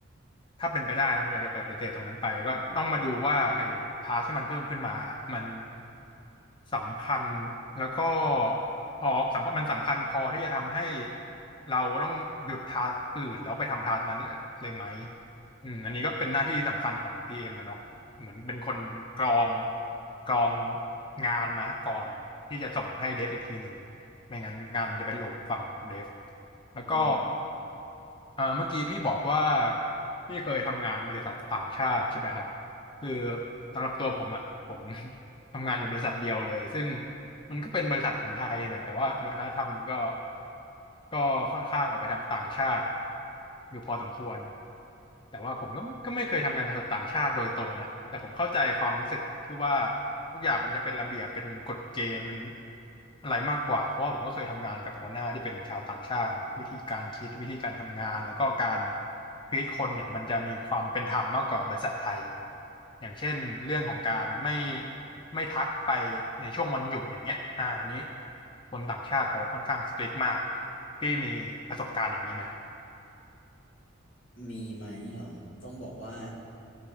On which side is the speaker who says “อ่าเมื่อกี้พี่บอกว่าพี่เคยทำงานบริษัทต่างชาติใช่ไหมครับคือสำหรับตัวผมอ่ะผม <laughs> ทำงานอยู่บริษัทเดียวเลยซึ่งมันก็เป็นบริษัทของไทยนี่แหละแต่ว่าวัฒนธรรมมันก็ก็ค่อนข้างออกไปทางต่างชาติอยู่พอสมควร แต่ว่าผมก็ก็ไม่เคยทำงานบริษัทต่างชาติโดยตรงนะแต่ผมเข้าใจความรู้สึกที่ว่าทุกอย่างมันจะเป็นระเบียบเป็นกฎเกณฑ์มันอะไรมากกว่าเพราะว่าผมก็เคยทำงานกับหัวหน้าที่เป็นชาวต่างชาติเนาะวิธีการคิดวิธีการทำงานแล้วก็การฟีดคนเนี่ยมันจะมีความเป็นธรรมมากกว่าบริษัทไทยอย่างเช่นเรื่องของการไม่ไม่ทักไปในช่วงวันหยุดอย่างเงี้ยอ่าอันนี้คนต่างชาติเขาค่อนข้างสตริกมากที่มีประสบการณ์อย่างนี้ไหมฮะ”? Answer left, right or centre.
Left